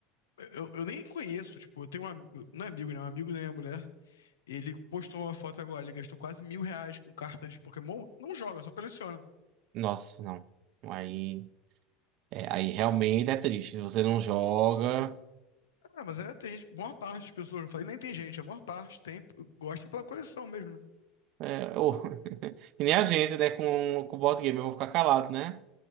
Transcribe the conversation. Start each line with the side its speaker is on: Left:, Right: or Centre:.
Left: Eu, eu nem conheço, tipo, eu tenho um. am- Não é amigo, né? Um amigo da minha mulher. Ele postou uma foto agora, ele gastou quase mil reais com cartas de Pokémon. Não joga, só coleciona.
Right: Nossa, não. Aí, é, aí realmente é triste. Se você não joga.
Left: Ah, mas é, tem gente- boa parte das pessoas, não falei nem tem gente, a maior parte tem, gosta pela coleção mesmo, né?
Right: É, ou- <laughs> E nem a gente, né? Com, com o board game, eu vou ficar calado, né?